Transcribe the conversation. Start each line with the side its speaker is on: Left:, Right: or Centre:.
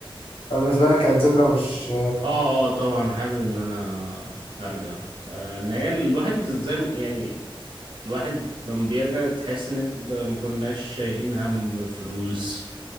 Left: ولا بالنسبه لك كانت ذكرى مش
Right: اه اه طبعا حابب ان انا ارجع آه، ان هي الواحد زي ما- يعني الواحد لما بيرجع تحس ان انت ده ما كناش شايلين هم فلوس